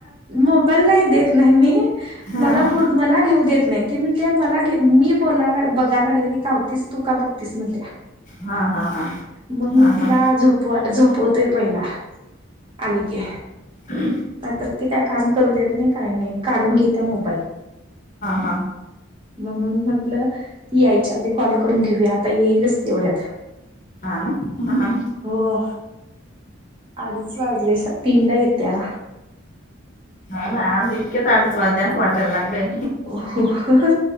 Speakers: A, on the right; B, on the left.
A: मोबाईल नाही देत नाही मी
B: हा
A: मला
B: हा!
A: बोल मला घेऊ देत नाही ती म्हणत्या मला घे मी बोलायला बघायला लागलं की कावतीस तू का बघतीस म्हणत्या.
B: हा हा हा
A: मग मी
B: हा!
A: तिला
B: हा
A: झोप झोपवतोय पहिला आली की
B: हम्म!
A: नाहीतर ती काय काम करू देत नाही काय नाही काढून घेत्या मोबाईल
B: हा.
A: म्हणून म्हंटल ती याय च्या आधी कॉल करून घेऊया आता येईलच तेवढ्यात
B: हम्म हम्म!
A: हो अडीच वाजले तीनला येत्या.
B: हा ना आज इतक्यात अडीच वाजले असे वाटाय लागलंय
A: हो हो हो